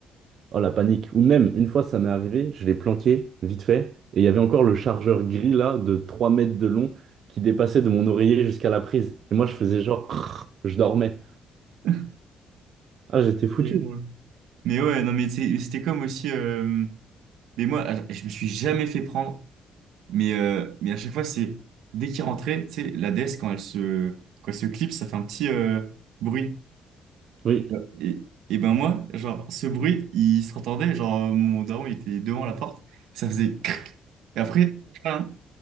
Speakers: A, on the right; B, on the right.
A: Oh la panique. Ou même, une fois ça m'est arrivé, je l'ai planqué vite fait, et il y avait encore le chargeur gris là de 3 mètres de long qui dépassait de mon oreiller jusqu'à la prise. Et moi je faisais genre, crrr, je dormais.
B: <laughs>
A: Ah j'étais foutu.
B: Il est drôle. Mais ouais, non, mais c'est- c'était comme aussi... euh, Mais moi, ah, je me suis jamais fait prendre. Mais, euh, mais à chaque fois, c'est dès qu'il rentrait, tu sais, la déesse, quand elle se, quand elle se clipse, ça fait un petit euh, bruit.
A: Oui.
B: Ouais. Et, et ben moi, genre, ce bruit, il s'entendait. Genre, euh, mon daron, il était devant la porte, ça faisait crac. Et après, crin.